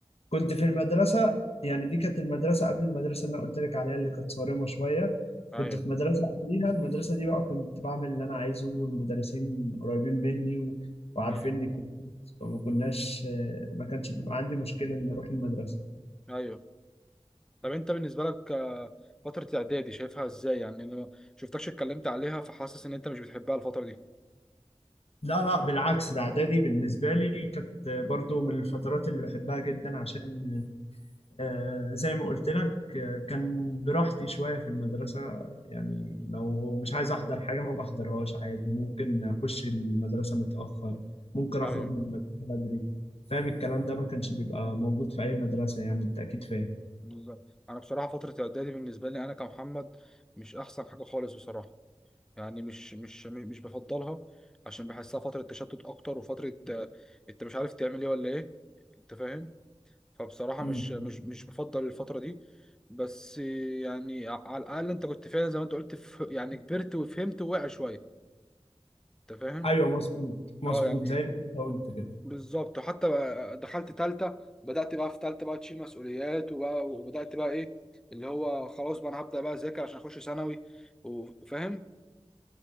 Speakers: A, on the left (about 65°); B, in the centre.
A: كنت في المدرسة يعني دي كانت المدرسة قبل المدرسة اللي أنا قلت لك عليها اللي كانت صارمة شوية
B: ايوه
A: كنت في مدرسة قبليها المدرسة دي بقى كنت بعمل اللي أنا عايزه والمدرسين قريبين مني و... وعارفيني
B: ايوه
A: كويس فما كناش ما كانش بيبقى عندي مشكلة إن أروح المدرسة
B: ايوه طب انت بالنسبه لك آه، فتره الاعدادي شايفها ازاي يعني انا ما شفتكش اتكلمت عليها فحاسس ان انت مش بتحبها الفتره دي
A: لا لا بالعكس ده إعدادي بالنسبة لي كانت برضو من الفترات اللي بحبها جدا عشان آه، زي ما قلت لك آه، كان براحتي شوية في المدرسة يعني لو مش عايز أحضر حاجة ما بحضرهاش عادي ممكن أخش المدرسة متأخر ممكن
B: ايوه
A: أخرج من المدرسة بدري فاهم الكلام ده ما كانش بيبقى موجود في أي مدرسة يعني أنت أكيد فاهم
B: بالظبط انا بصراحه فتره الاعدادي بالنسبه لي انا كمحمد مش احسن حاجه خالص بصراحه يعني مش مش مش بفضلها عشان بحسها فتره تشتت اكتر وفتره آه، انت مش عارف تعمل ايه ولا ايه انت فاهم فبصراحه
A: مم.
B: مش مش مش بفضل الفتره دي بس آه، يعني ع- على الاقل انت كنت فعلا زي ما انت قلت ف... يعني كبرت وفهمت وواعي شويه انت فاهم
A: أيوه مظبوط مظبوط
B: اه يعني
A: زي ما أنت قلت كده
B: بالظبط وحتى بقى دخلت تالتة بدأت بقى في تالتة بقى تشيل مسؤوليات وبقى وبدأت بقى ايه اللي هو خلاص بقى انا هبدأ بقى اذاكر عشان اخش ثانوي وفاهم